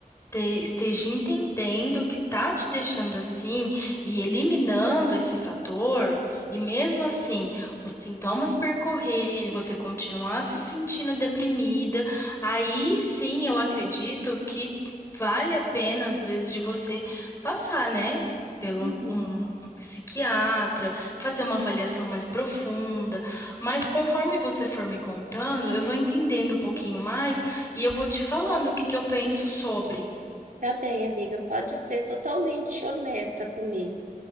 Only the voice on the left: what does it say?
te- esteja entendendo o que tá te deixando assim e eliminando esse fator, e mesmo assim os sintomas percorrerem, você continuar se sentindo deprimida, aí sim eu acredito que vale a pena, às vezes, de você passar, né? Pelo
um um psiquiatra, fazer uma avaliação mais profunda, mas conforme você for me contando, eu vou entendendo um pouquinho mais e eu vou te falando o que que eu penso sobre.